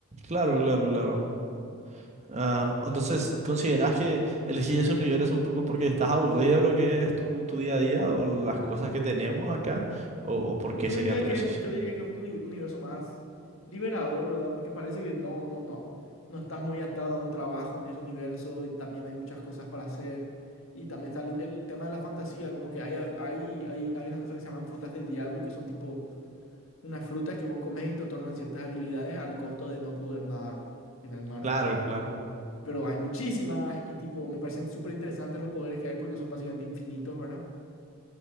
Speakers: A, on the right; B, on the left.
A: claro, claro, claro. Ah, entonces, ¿consideras que elegís esos universo un poco porque estás aburrido de lo que es tu, tu día a día o las cosas que tenemos acá? ¿O, o por
B: Yo
A: qué sería
B: diría
A: tu
B: que,
A: decisión?
B: yo diría que un uni- universo más liberador, ¿verdad? Porque parece que no, no, no, no estás muy atado a un trabajo en ese universo y también hay muchas cosas para hacer. Y también está el, el tema de la fantasía, como que hay, hay, hay, hay unas cosas que se llaman frutas del diablo, que son tipo unas frutas que vos comés y te otorgan ciertas habilidades al costo de no poder nadar en el mar,
A: Claro,
B: ¿verdad?
A: claro.
B: Pero hay muchísimas y tipo, me parecen súper interesantes los poderes que hay porque son básicamente infinitos, ¿verdad?